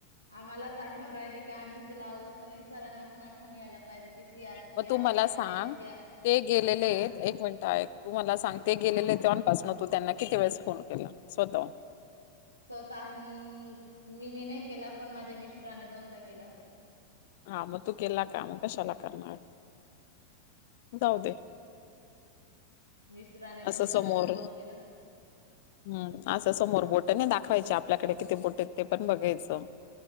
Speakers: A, on the right; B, on the left.
A: आम्हालाच आठवण राहिली, का आम्हीच लावू असं नाही, सरांना पण आठवण यायला. पाहिजे की सीआरपी
B: मग तू
A: आहे
B: मला
A: आपल्या
B: सांग.
A: होत्या
B: ते गेलेले
A: हा
B: आहेत एक मिनिट आहे. तू मला सांगते, गेलेले
A: हा
B: तेव्हापासन तू त्यांना, किती वेळेस फोन केला स्वतः हून
A: स्वतःहून मीने नाही, केला पण माझ्या मिस्टराने दोंदा केला होता.
B: हा मग तू केला काम कशाला करणार. जाऊ दे.
A: मिस्टराने दोनदा
B: असा समोर
A: कॉल केला
B: हम्म असा समोर बोट. त्यांना दाखवायचे आपल्याकडे, किती बोट ते पण बघायचं.